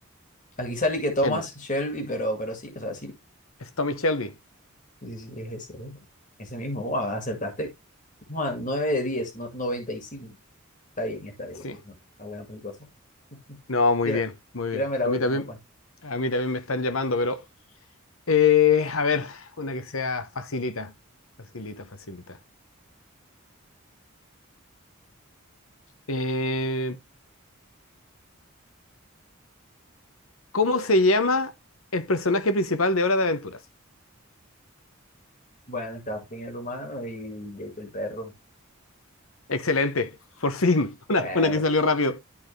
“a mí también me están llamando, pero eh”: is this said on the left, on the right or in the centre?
Left